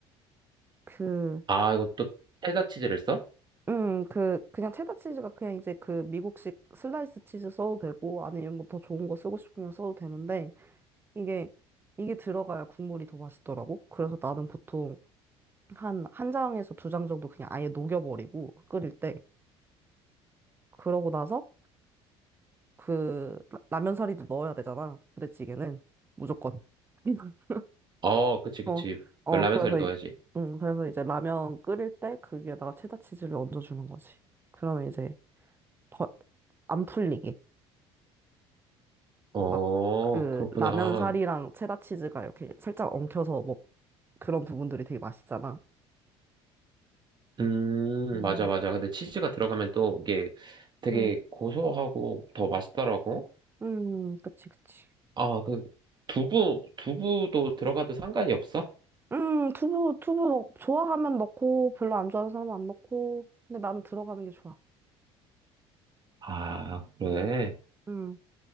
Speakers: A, on the right; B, on the right.
A: 그,
B: 아, 이건 또 체다치즈를 써?
A: 음, 그, 그냥 체다 치즈가 그냥 이제 그 미국식 슬라이스 치즈 써도 되고, 아니면 뭐 더 좋은 거 쓰고 싶으면 써도 되는데, 이게, 이게 들어가야 국물이 더 맛있더라고. 그래서 나는 보통 한, 한 장에서 두 장 정도 그냥 아예 녹여버리고 끓일 때. 그러고 나서 그 라- 라면 사리도 넣어야 되잖아. 부대찌개는. 무조건. <laughs>
B: 어, 그치, 그치.
A: 어, 어,
B: 라면
A: 그래서,
B: 사리 넣어야지.
A: 이- 음, 그래서 이제 라면 끓일 때 그 위에다가 체다 치즈를 얹어주는 거지. 그러면 이제 더 안 풀리게.
B: 어,
A: 막 그
B: 그렇구나.
A: 라면 사리랑 체다 치즈가 이렇게 살짝 엉켜서 뭐 그런 부분들이 되게 맛있잖아.
B: 음,
A: 음.
B: 맞아, 맞아. 근데 치즈가 들어가면 또 이게 되게
A: 음.
B: 고소하고 더 맛있더라고.
A: 음, 그치, 그치.
B: 아, 그, 두부, 두부도 들어가도 상관이 없어?
A: 음, 두부, 두부 넣- 좋아하면 넣고, 별로 안 좋아하는 사람은 안 넣고. 근데 나는 들어가는 게 좋아.
B: 아, 그래.
A: 음, 음,